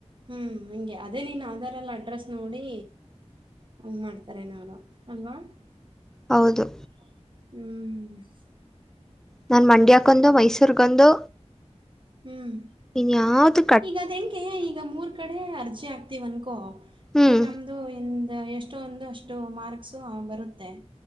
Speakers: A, on the right; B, in the centre.
A: ಹ್ಞೂ ಹಂಗೆ ಅದೇ ನೀನು ಆಧಾರ ಎಲ್ಲ ಅಡ್ರೆಸ್ ನೋಡಿ ಹಂಗೆ ಮಾಡ್ತಾರೆನವರು ಅಲ್ವಾ
B: ಹೌದು
A: ಹ್ಮ್
B: ನಾನ್ ಮಂಡ್ಯಕ್ಕೊಂದು ಮೈಸೂರ್ಗೊಂದು
A: ಹ್ಮ್
B: ಇನ್ಯಾವ್ದ
A: ಈಗ ಅದ್ ಹೆಂಗೆ ಈಗ ಮೂರ್ ಕಡೆ ಅರ್ಜಿ ಆಗ್ತಿವ್ ಅನ್ಕೋ
B: ಹ್ಮ್
A: ಇವಾಗ ನಮ್ದ ಇದು ಇಂದು ಎಷ್ಟೋ ಒಂದು ಅಷ್ಟು ಮಾರ್ಕ್ಸು ಬರುತ್ತೆ.